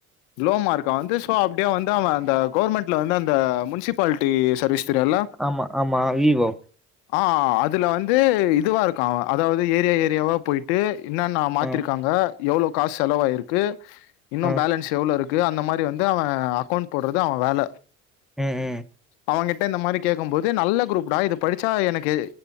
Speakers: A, on the left; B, in the centre.
A: லோ மார்க் வந்து சோ அப்டியே வந்து அவன் அந்த கவுர்மெண்ட்ல வந்து அந்த முன்சிபாலிட்டி சர்வீஸ் தெரியல்ல
B: ஆமா ஆமா வீவோ
A: ஆ அதுல வந்து இதுவா இருக்கா அதாவது ஏரியா ஏரியாவா போய் ட்டு என்னன்ன மாத்திருக்காங்க
B: ஆ
A: எவ்ளோ காசு செலவாய்ருக்கு இன்னு
B: ஆ
A: பேலன்ஸ் எவ்ளோ இருக்கு அந்த மாரி வந்து அவ அக்கவுண்ட் போட்றது அவ வேல
B: ம் ம்
A: அவங்கிட்ட இந்த மாரி கேக்கும் போது நல்ல குரூப்டா இது படிச்சா எனக்கு